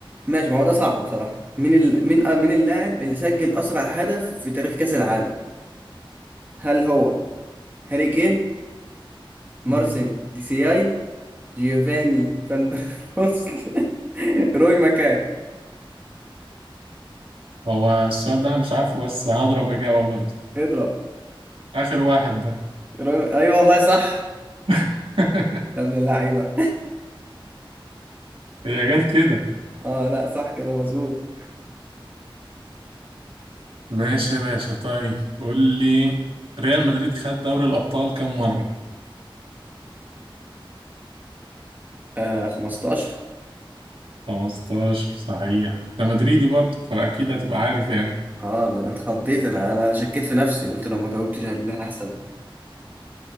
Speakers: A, on the right; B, on the right.
A: ماشي ما هو ده صعب بصراحه مين ال... مين آه، مين اللاعب اللي سجل اسرع هدف في تاريخ كاس العالم هل هو هاري كين مارسن
B: مم.
A: دي سي اي جيوفاني فان بروست <laughs> روي ماكاي
B: هو السؤال ده انا مش عارفه بس هضرب اجابه برضه
A: اضرب
B: اخر واحد ده
A: روي ايوه والله صح
B: <laughs>
A: يا ابن اللعيبه
B: هي جت كده
A: <laughs> اه لا صح كده مظبوط
B: ماشي يا باشا طيب قول لي ريال مدريد خد دوري الابطال كم مره
A: آه 15
B: 15 صحيح ده مدريدي برضه فاكيد هتبقى عارف يعني
A: اه انا اتخضيت انا انا شكيت في نفسي قلت لو ما جاوبتش اللي هحصل